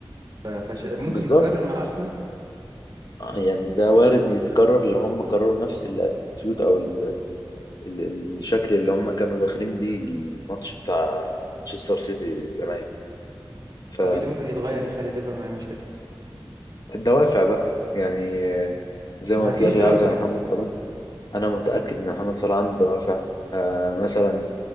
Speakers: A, on the right; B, on the left.
A: ف- فش... ممكن
B: بالظبط
A: يتكرر مع أرسنال
B: آه، يعني ده وارد إن يتكرر لو هم كرروا نفس الاتيتيود او ال... ال... ال- الشكل اللي هم كانوا داخلين بيه الماتش بتاع مانشستر سيتي زمان ف
A: طب إيه اللي ممكن يتغير يخلي الليفر ما يعملش كده
B: الدوافع بقى يعني آه، زي
A: ما
B: ما قلت
A: فيش
B: لك
A: دوافع
B: لاعب زي محمد صلاح انا متاكد ان محمد صلاح عنده دوافع آه، مثلا